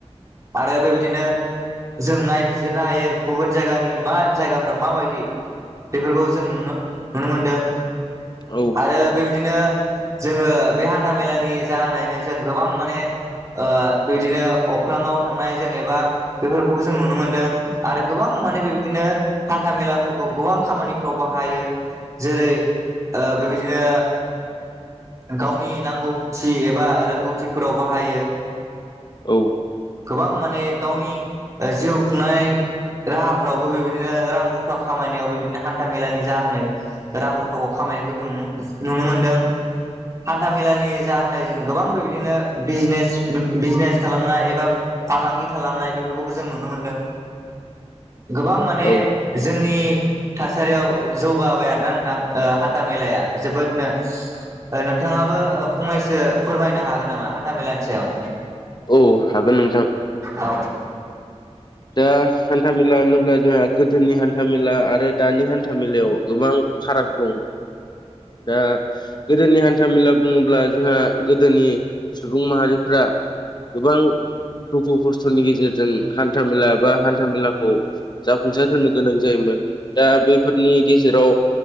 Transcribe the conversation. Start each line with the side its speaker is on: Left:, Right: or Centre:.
Right: आरो बेबिदिनो जों नायबिजिरनो हायो गुबुन जायगानि मा जायगाफ्रा माबायदि। बेफोरखौ जों नुनो नुनो मोनदों।
Left: औ
Right: आरो बेबिदिनो जोङो बे हान्था मेलानि जाहोनैनो जों गोबां माने ओ बेबिदिनो अख्राङाव थांनाय जेनेबा बेफोरखौबो जों नुनो मोनदों आरो गोबां माने बेबायदिनो हान्था मेलाफोरखौ गोबां खामानिफ्राव बाहायो जेरै ओ बेबायदिनो गावनि नांगौ थि एबा रोंगौथिफोराव बाहायो।
Left: औ
Right: गोबां माने गावनि जिउ खुंनाय राहाफ्रावबो बेबायदिनो रां रुफा खामायनायाव बेबायदिनो हान्था मेलानि जाहोनै रां रुफाखौ खामाय नुनो मोनदों हान्था मेलानि जाहोनो जों गोबां बेबायदिनो बिजनेस बिजनेस खालामनाय एबा फालांगि खालामनाय बे खौबो जों नुनो मोन्दों।
Left: <inaudible>
Right: गोबां माने
Left: औ
Right: जोंनि थासारियाव जौगाबाय आरोना नोंथां ओ हान था मेलाया जोबोदनो। ओ नोंथाङाबो ओ फंनैसो फोरमायनो हागोन नामा हान्थाामेलानि सायाव
Left: औ हागोन नोंथां
Right: औ
Left: दा हान्था मेला होनोब्ला जोंहा गोदोनि हान्था मेला आरो दानि हान्था मेलायाव गोबां फाराग दं। दा गोदोनि हान्था मेला बुङोब्ला जोंहा गोदोनि सुबुं माहारिफ्रा गोबां दुखु खस्थ'नि गे जेरजों हान्था मेला बा हान्था मेलाखौ जाफुंसार होनो गोनां जायोमोन दा बैफोर नि गेजेराव